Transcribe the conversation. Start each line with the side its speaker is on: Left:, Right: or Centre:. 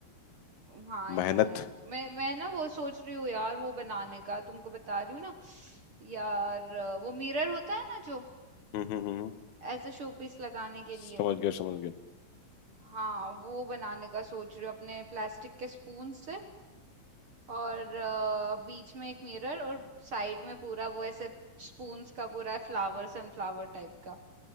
Right: हाँ आई
Left: मेहनत
Right: नो मैं मैं ना वो सोच रही हूँ यार वो बनाने का तुमको बता रही हूँ ना यार वो मिरर होता है ना जो
Left: हम्म हम्म हम्म,
Right: एज अ शो पीस लगाने के
Left: समझ
Right: लिए
Left: गया समझ गया
Right: हाँ वो बनाने का सोच रही हूँ अपने प्लास्टिक के स्पून से और अ, बीच में एक मिरर और साइड में पूरा वो ऐसे स्पून्स का पूरा फ्लावर सनफ्लावर टाइप का